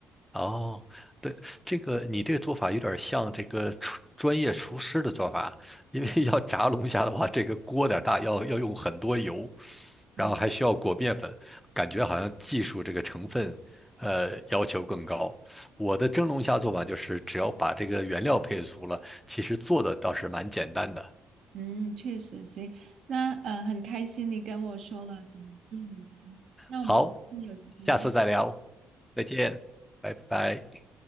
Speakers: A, in the centre; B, on the right.
A: 哦，对，这个你这个做法有点像这个厨专业厨师的做法，因为要炸龙虾的话，这个锅有点大，要要用很多油，然后还需要裹面粉，
B: 嗯。
A: 感觉好像技术这个成分，呃，要求更高。我的蒸龙虾做法就是，只要把这个原料配足了，其实做的倒是蛮简单的。
B: 嗯，确实行。那呃，很开心你跟我说了怎么做，那我们下次有时间再。
A: 好，下次再聊，再见，拜拜。